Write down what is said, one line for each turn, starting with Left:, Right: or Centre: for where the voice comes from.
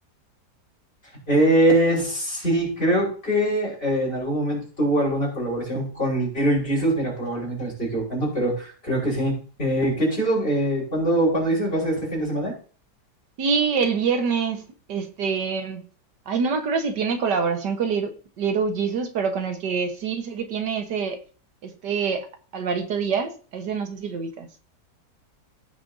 Left: Eh, sí, creo que eh, en algún momento tuvo alguna colaboración con Little Jesus. Mira, probablemente me estoy equivocando, pero creo que sí. Eh, qué chido. Eh, ¿cuándo, cuándo dices va a ser este fin de semana?
Right: Sí, el viernes, este, ay, no me acuerdo si tiene colaboración con Lir- Little Jesus, pero con el que sí sé que tiene ese, este Alvarito Díaz, a ese no sé si lo ubicas.